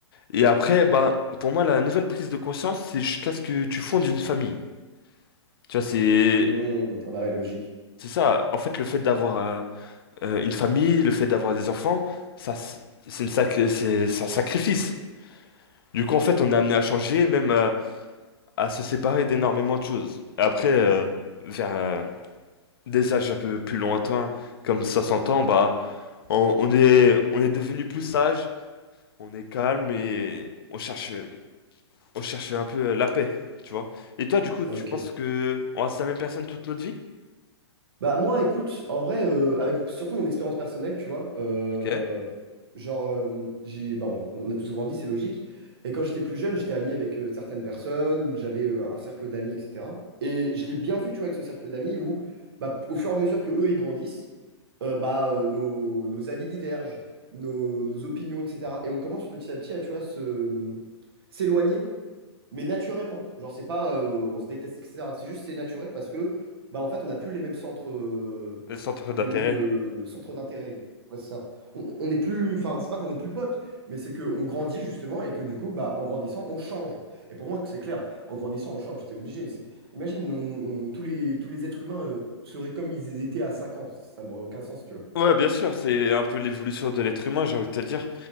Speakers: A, on the left; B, on the right.
A: Et après, bah, pour moi, la nouvelle prise de conscience, c'est jusqu'à ce que tu fondes une famille. Tu vois, c'est...
B: Mmh. Ah bah ouais, logique.
A: C'est ça, en fait, le fait d'avoir euh, euh, une famille, le fait d'avoir des enfants, ça, c'est une sacré, c'est c'est un sacrifice, Du coup, en fait, on est amené à changer, même euh, à se séparer d'énormément de choses. Après, euh, vers euh, des âges un peu plus lointains, comme 60 ans, bah, on, on est, on est devenu plus sage, on est calme et on cherche, on cherche un peu la paix, tu vois. Et toi, du coup,
B: Ok.
A: tu penses que on reste la même personne toute notre vie?
B: Bah moi, écoute, en vrai, euh, avec surtout mon expérience personnelle, tu vois, euh,
A: Ok.
B: genre, euh, j'ai, bah, on, on a tous grandi, c'est logique. Et quand j'étais plus jeune, j'étais ami avec euh, certaines personnes, j'avais euh, un cercle d'amis, etc. Et je l'ai bien vu, tu vois, avec ce cercle d'amis où, bah, au fur et à mesure que eux, ils grandissent, euh, bah, euh, nos, nos avis divergent, nos, nos opinions, etc. Et on commence petit à petit à, tu vois, se, s'éloigner mais naturellement. Genre, c'est pas euh, on se déteste, etc. C'est juste c'est naturel parce que, bah, en fait, on n'a plus les mêmes centres, euh,
A: Le centre d'intérêt.
B: les mêmes euh, centres d'intérêt. Ouais, c'est ça. On, on est plus, enfin, c'est pas qu'on est plus potes, mais c'est qu'on grandit justement et que du coup, bah, en grandissant, on change. Et pour moi, que c'est clair. En grandissant, on change. C'est obligé. C'est- Imagine, on- on- tous les, tous les êtres humains euh, seraient comme ils étaient à 5 ans. Ça n'aurait aucun sens, tu
A: Ouais, bien sûr, c'est un peu l'évolution de l'être humain, j'ai envie de te dire.